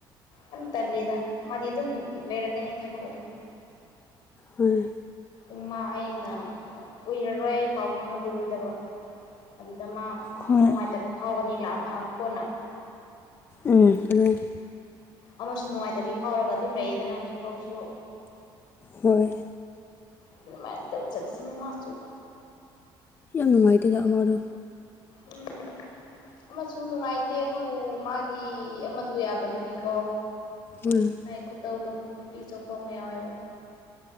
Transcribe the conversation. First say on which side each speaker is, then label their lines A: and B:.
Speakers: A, on the left; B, on the left.
A: ꯌꯥꯝ ꯇꯜꯂꯤꯗ ꯃꯥꯗꯤ ꯑꯗꯨꯝ ꯂꯩꯔꯛꯀꯅꯤ ꯊꯕꯛ ꯑꯗꯨꯝ
B: ꯍꯣꯏ
A: ꯎꯝ ꯃꯥ ꯑꯩꯅ ꯀꯨꯏꯔꯔꯣꯏ ꯑꯩ ꯄꯥꯎ ꯐꯥꯎꯅꯕꯤꯔꯣꯏꯗꯕ ꯑꯗꯨꯗ ꯃꯥ
B: ꯍꯣꯏ
A: ꯅꯨꯡꯉꯥꯏꯇꯕ ꯐꯥꯎꯒꯅꯤ ꯂꯥꯁ ꯀꯣꯟꯅ
B: ꯎꯝ ꯑꯗꯨꯨꯅꯦ
A: ꯑꯃꯁꯨ ꯅꯨꯡꯉꯥꯏꯇꯕꯤ ꯐꯥꯎꯔꯒ ꯑꯗꯨꯝ ꯂꯩꯌꯦꯗꯅ ꯍꯧꯖꯤꯛꯐꯥꯎꯁꯨ
B: ꯍꯣꯏ
A: ꯑꯗꯨꯃꯥꯏ ꯇꯧꯔ ꯆꯠꯂꯥꯁꯤꯅꯦ ꯃꯥꯆꯨ
B: ꯌꯥꯝ ꯅꯨꯡꯉꯥꯏꯇꯦꯗ ꯑꯃꯗꯣ
A: ꯎꯝ ꯑꯃꯁꯨ ꯅꯨꯡꯉꯥꯏꯇꯦ ꯑꯗꯨ ꯃꯥꯒꯤ ꯑꯃꯗꯣ ꯌꯥꯗꯕꯒꯤꯀꯣ
B: ꯎꯝ
A: ꯃꯥꯏ ꯈꯨꯇꯧꯗꯣ ꯅꯨꯄꯤ ꯆꯣꯞꯄ ꯑꯃ ꯌꯥꯎꯋꯦꯕ